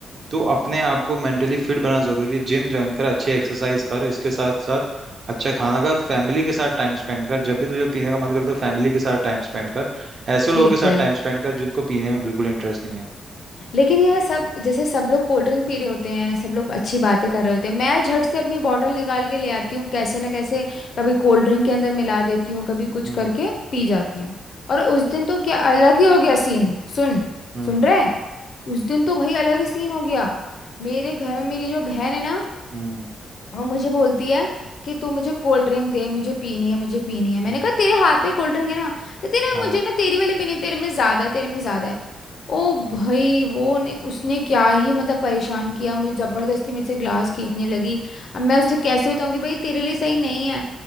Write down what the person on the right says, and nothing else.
तो अपने आप को मेंटली फिट बनाना जरूरी है जिम ज्वाइन कर अच्छी एक्सरसाइज कर इसके साथ साथ अच्छा खाना खा फैमिली के साथ टाइम स्पेंड कर जब भी तुझे पीने का मन करे तो फैमिली के साथ टाइम स्पेंड कर ऐसे
लोगों के साथ
टाइम स्पेंड कर जिनको पीने में बिल्कुल इंटरेस्ट नहीं है
हम्म
हम्म
हम्म
हम्म,
हाँ